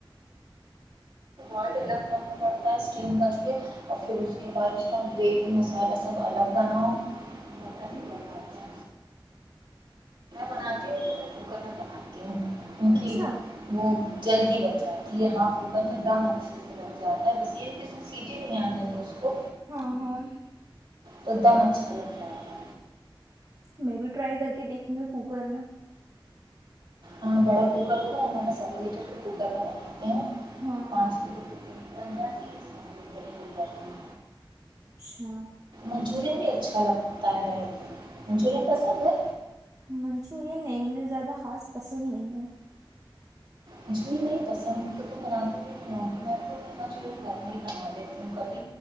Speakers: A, on the right (about 65°); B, on the right (about 40°).
A: سالٹ الگ کرنا پڑتا ہے اسٹیم کر کے اور پھر اس کے بعد اس کا گریوی مسالہ سب الگ بناؤ ہی باتا بناتی ہوں تو میں کوکر میں بناتی ہوں
B: اچھا
A: کیونک وہ جلد ھی بن جاتی ہے یہ ہاں کوکر میں دم اچھے سے بن جاتا ہے بس یہ ہے کہ اس میں سیٹی نہیں آنے تو اس کو
B: ہاں ہاں
A: ایک دم اچھا لگتا ہے
B: میں بھی ٹرائی کر کے دیکھوں گی کوکر میں
A: ہاں بڑا کوکر ہوگا نے سیون لیٹر کے کوکر کا بناا ہیں
B: ہاں
A: تو پانچ
B: ہاں
A: ک روپے پنجی کے س کر پ ہیں
B: اچھا
A: منچورن بھی ا اچھا لگتا ہے منچورین پسند ہے
B: منچورین نہیں، مجھے زیادہ خاص پسند نہیں ہے
A: مجھ بھی نہیں پسند تو مناات کی تونا چ نہیں بنا دیتی ہوں کبھی